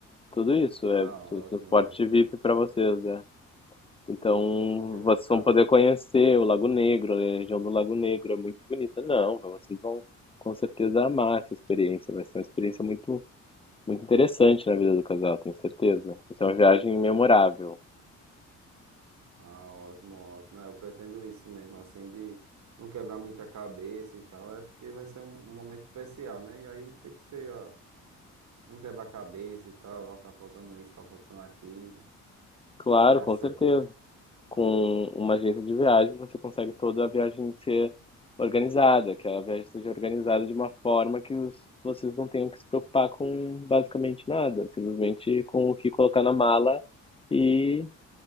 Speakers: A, on the left; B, on the right.
A: tudo isso
B: Ah,
A: é o
B: ótimo,
A: transporte
B: ótimo,
A: VIP para vocês, é. Então,
B: ótimo, então não tem dor
A: vocês
B: de cabeça,
A: vão poder conhecer
B: né?
A: o Lago Negro, a região do Lago Negro é muito bonita. Não, vocês vão com certeza amar essa experiência. Vai ser uma experiência muito, muito interessante na vida do casal, tenho certeza. Vai ser uma viagem memorável.
B: Ah, ótimo, ótimo. É, Eu pretendo isso mesmo, assim, de não quebrar muita cabeça e tal, é porque vai ser um, um momento especial, né? E aí tem que ser, ó, não quebrar a cabeça e tal, ó, tá faltando isso, tá faltando aquilo,
A: Claro,
B: e dá
A: com
B: certo,
A: certeza.
B: né?
A: Com uma agência de viagens, você consegue toda a viagem ser organizada, que a viagem seja organizada de uma forma que os, vocês não tenham que se preocupar com basicamente nada, simplesmente com o que colocar na mala e,